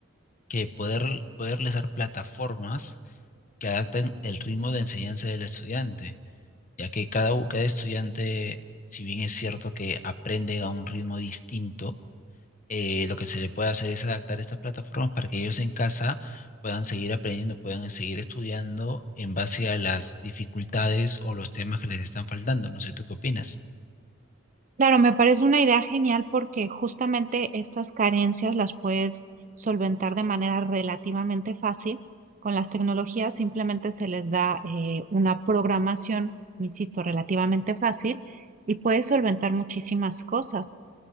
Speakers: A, on the left; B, on the right.
A: que poder, poderles dar plataformas que adapten el ritmo de enseñanza del estudiante, ya que cada, u- cada estudiante, si bien es cierto que aprende a un ritmo distinto, eh, lo que se le puede hacer es adaptar estas plataformas para que ellos en casa puedan seguir aprendiendo, puedan seguir estudiando en base a las dificultades o los temas que les están faltando. No sé, ¿tú qué opinas?
B: Claro, me parece una idea genial porque justamente estas carencias las puedes solventar de manera relativamente fácil con las tecnologías. Simplemente se les da eh, una programación, insisto, relativamente fácil y puedes solventar muchísimas cosas.